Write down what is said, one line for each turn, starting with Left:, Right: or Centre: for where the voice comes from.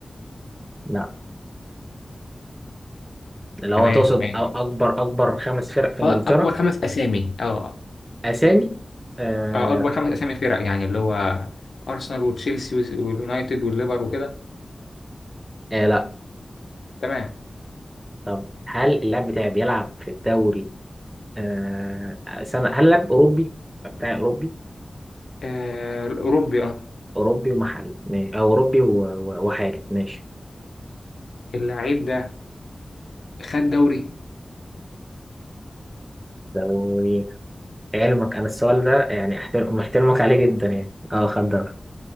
Right: لا لو
Left: تمام
Right: هو تقصد
Left: ماشي
Right: أو اكبر اكبر خمس فرق في
Left: اه
Right: انجلترا
Left: اكبر خمس اسامي اه
Right: اسامي آه,
Left: آه، اكبر خمس اسامي فرق يعني اللي هو ارسنال وتشيلسي و- واليونايتد والليفر وكده
Right: آه لا
Left: تمام
Right: طب هل اللاعب بتاعي بيلعب في الدوري آه سنة هل اللاعب اوروبي بتاعي اوروبي
Left: آه، الاوروبي اه
Right: أوروبي ومحلي ما- أو أوروبي و- و- وحالي ماشي
Left: اللعيب ده خد دوري
Right: لو علمك أنا السؤال ده يعني أحترم محترمك عليه جدا يعني أه خد ده